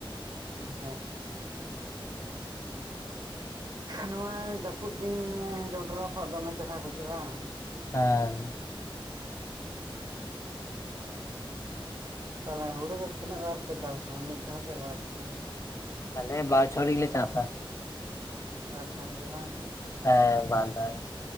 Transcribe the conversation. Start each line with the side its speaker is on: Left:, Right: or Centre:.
Right: ᱦᱮᱸᱻ ᱱᱚᱣᱟ ᱡᱟᱹᱯᱩᱫ ᱫᱤᱱ ᱡᱚᱱᱰᱨᱟ ᱨᱟᱯᱟᱜ ᱫᱚᱢᱮ ᱪᱮᱦᱨᱟ ᱵᱩᱡᱩᱜᱼᱟ
Left: ᱦᱮᱸ
Right: <unintelligible> ᱛᱟᱦᱚᱞᱮ ᱦᱳᱲᱳ ᱫᱚ ᱛᱤᱱᱟᱹᱜ ᱫᱷᱟᱣ ᱯᱮ ᱪᱟᱥᱟ ᱢᱤᱫ ᱫᱷᱟᱣ ᱥᱮ ᱵᱟᱨ ᱫᱷᱟᱣ?
Left: ᱟᱞᱮ ᱵᱟᱨ ᱪᱷᱚᱲ ᱜᱮᱞᱮ ᱪᱟᱥᱟ᱾
Right: ᱵᱟᱨ ᱫᱷᱟᱨᱮ ᱜᱮ ᱵᱟᱝ?
Left: ᱦᱮᱸ ᱵᱟᱨᱫᱷᱟᱣ ᱜᱮ᱾